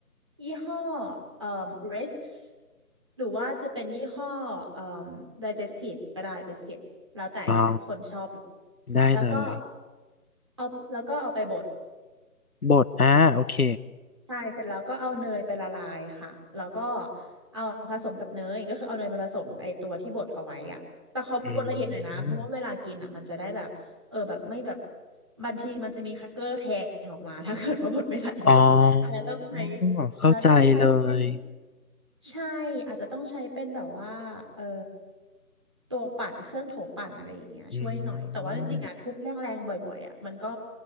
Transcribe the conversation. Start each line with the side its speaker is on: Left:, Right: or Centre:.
Right: ยี่ห้อเอ่อ Ritz หรือว่าจะเป็นยี่ห้อเอ่อ Digestive ก็ได้บิสกิตแล้วแต่คนชอบ
Left: อ๋อได้เลย
Right: แล้วก็เอาแล้วก็เอาไปบด
Left: บดอ่าโอเค
Right: ใช่เสร็จแล้วก็เอาเนยไปละลายค่ะแล้วก็เอาผสมกับเนยก็คือเอาเนยไปผสมไอตัวที่บดเอาไว้อะแต่เขาบดละเอียดหน่อยนะเพราะว่าเวลากินอ่ะมันจะได้แบบเออแบบไม่แบบ
Left: อืม
Right: บางทีมันจะมีครักเกอร์แทงออกมา <laughs> ถ้าเกิดว่าบดไม่ละเอียดอาจจะต้องใช้
Left: อ๋อเข้าใจเลย
Right: อาจจะต้องใช้เป็นใช่อาจจะต้องใช้เป็นแบบว่าเออตัวปั่นเครื่องโถปั่นอะไรอย่างเงี้ยช่วยหน่อยแต่ว่าจริงๆอ่ะทุบแรงๆบ่อยๆอ่ะมันก็
Left: อืม